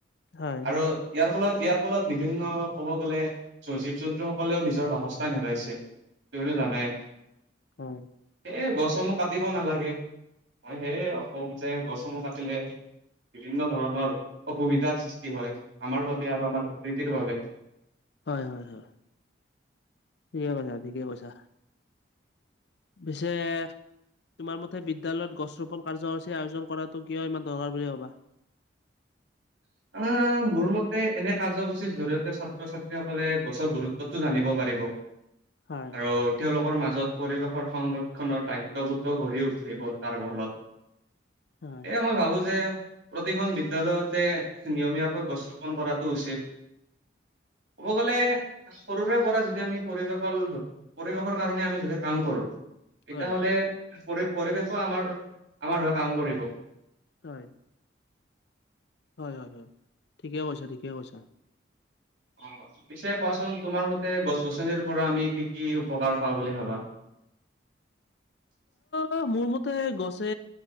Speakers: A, on the left; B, on the right.
A: হয়,
B: আৰু ইয়াৰ ফলত- ইয়াৰ ফলত বিভিন্ন ক'ব গ'লে জীৱ- জন্তু সকলেও নিজৰ বাসস্থান হেৰাইছে তুমিতো জানাই।
A: অ'
B: সেইহে গছসমূহ কাটিব নালাগে। মই সেয়েহে ক'ম যে গছসমূহ কাটিলে বিভিন্ন ধৰণৰ অসুবিধ অসুবিধা সৃষ্টি হয় আমাৰ বাবে আৰু আমাৰ প্ৰকৃতিৰ বাবে।
A: হয়-হয়- হয় ঠিকে কৈছা- ঠিকে কৈছা। পিছে তোমাৰ মতে বিদ্যালয়ত গছ ৰোপণ কাৰ্যসূচীৰ আয়োজন কৰাটো কিয় ইমান দৰকাৰ বুলি ভাবা?
B: <unintelligible> <unintelligible> মোৰ মতে এনে কাৰ্যসূচীৰ জৰিয়তে ছাত্ৰ- ছাত্ৰী সকলে গছৰ গুৰুত্বটো জানিব পাৰিব।
A: হয়,
B: আৰু তেওঁলোকৰ মাজত পৰিৱেশৰ সংৰক্ষনৰ দায়িত্ববোধো গঢ়ি উঠে বতাহ ফলত।
A: হয়,
B: এ মই ভাবোঁ যে প্ৰতিখন বিদ্যালয়তে নিয়মীয়াকৈ গছ ৰোপন কৰাটো উচিত। ক'ব গ'লে সৰুৰে পৰা যদি আমি পৰিৱেশৰ- পৰিৱেশৰ কাৰণে আমি যেতিয়া কাম কৰোঁ।
A: হয়,
B: এতিয়া হ'লে পৰি- পৰিৱেশো আমাৰ -আমাৰ হৈ কাম কৰিব।
A: হয় -হয় -হয় -হয় ঠিকে কৈছা -ঠিকে কৈছা।
B: অ', পিছে কোৱাচোন তোমাৰ মতে গছ- গছনিৰ পৰা আমি কি -কি উপকাৰ পাওঁ বুলি ভাবা? <unintelligible>
A: অ', মোৰ মতে গছে